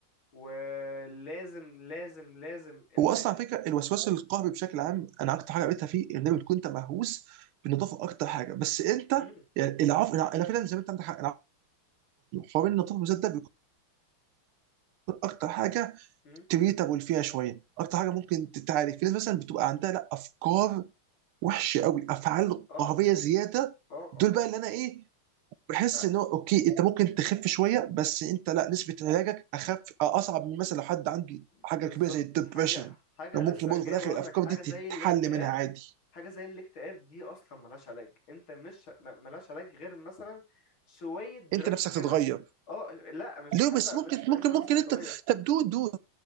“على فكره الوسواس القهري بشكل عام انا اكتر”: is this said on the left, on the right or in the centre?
Right